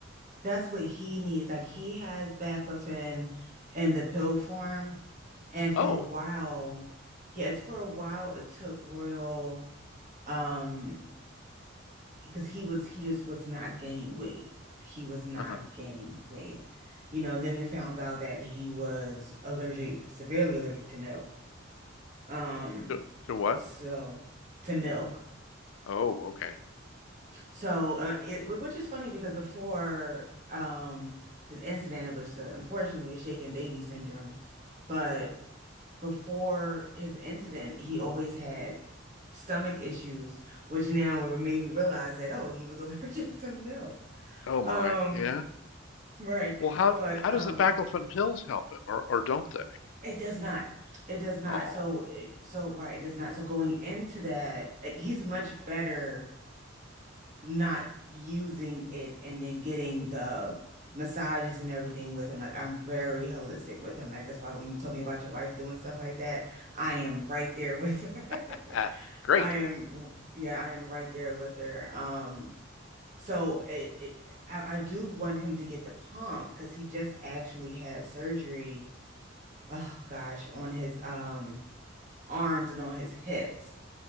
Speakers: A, on the right (about 35°); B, on the left (about 70°).
A: that's what he needs. Like he has baclofen in the pill form, and for
B: Oh,
A: a while, yeah, it's for a while it took Royal, um, because he was he just was not gaining weight. He was not
B: uh-huh.
A: gaining weight. You know, then we found out that he was allergic, severely allergic to milk. Um,
B: To, to what?
A: so to milk.
B: Oh, okay.
A: So, uh, it, wh- which is funny because before um, this incident, it was uh, unfortunately a shaken baby syndrome. But before his incident, he always had stomach issues, which now would- made me realize that, oh, he was <laughs> allergic to milk.
B: Oh my,
A: Um,
B: yeah.
A: right.
B: Well, how
A: But
B: how
A: um,
B: does the baclofen pills help him, or or don't they?
A: it does not. It does not.
B: Oh,
A: So, it- so right, it does not. So going into that, like he's much better not using it and then getting the massages and everything with him. Like I'm very holistic with him. Like that's why when you told me about your wife doing stuff like that, I am right there with her.
B: <laughs>
A: <laughs>
B: great.
A: I am, yeah, I am right there with her. Um, so it, it I, I do want him to get the pump because he just actually had surgery. Oh gosh, on his um arms and on his hips.